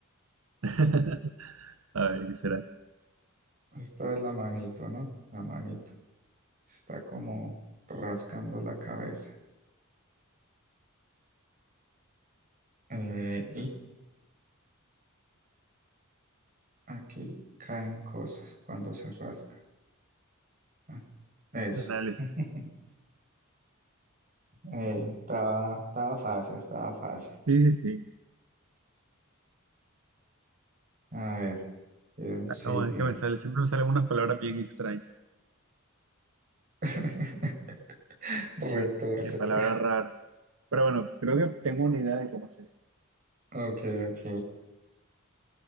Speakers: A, on the right; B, on the right.
A: <laughs> A ver, ¿qué será?
B: Esta es la manito, ¿no? La manito. Está como rascando la cabeza. Eh, Aquí caen cosas cuando se rasca. Ah, eso.
A: Análisis.
B: <laughs> Ey, estaba, estaba fácil, estaba fácil.
A: Sí, sí, sí.
B: A ver, ¿quién
A: Acabo
B: sigue?
A: de que me sale. Siempre me salen unas palabras bien extrañas.
B: <laughs> Retorcer.
A: Oye, qué palabra rara. Pero bueno, creo que tengo una idea de cómo hacer esto.
B: Ok, ok.